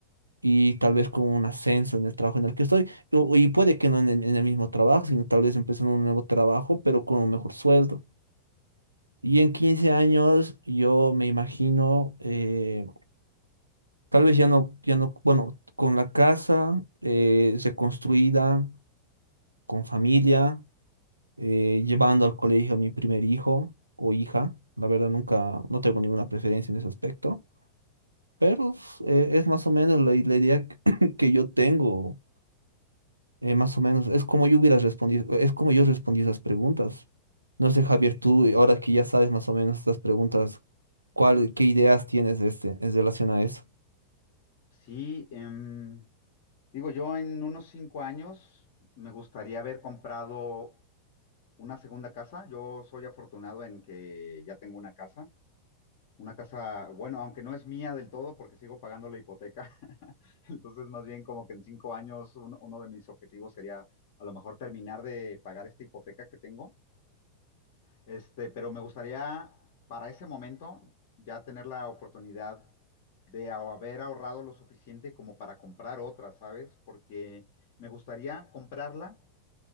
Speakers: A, on the right; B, on the left.
A: Y tal vez con un ascenso en el trabajo en el que estoy. o- Y puede que no en, el en el mismo trabajo, sino tal vez empezando un nuevo trabajo, pero con un mejor sueldo. Y en 15 años yo me imagino eh, Tal vez ya no, ya no, bueno, con la casa eh, reconstruida, con familia, eh, llevando al colegio a mi primer hijo o hija. La verdad, nunca, no tengo ninguna preferencia en ese aspecto, pero eh, es más o menos la, la idea que, <clears throat> que yo tengo, eh, más o menos. Es como yo hubiera respondido, es como yo respondí esas preguntas. No sé, Javier, tú, ahora que ya sabes más o menos estas preguntas, ¿cuál, qué ideas tienes de este, en relación a eso?
B: Sí, em, digo, yo en unos cinco años me gustaría haber comprado una segunda casa. Yo soy afortunado en que ya tengo una casa. Una casa, bueno, aunque no es mía del todo porque sigo pagando la hipoteca. <laughs> Entonces, más bien como que en cinco años un- uno de mis objetivos sería a lo mejor terminar de pagar esta hipoteca que tengo Este, pero me gustaría para ese momento ya tener la oportunidad de a- haber ahorrado lo suficiente como para comprar otra, ¿sabes? Porque me gustaría comprarla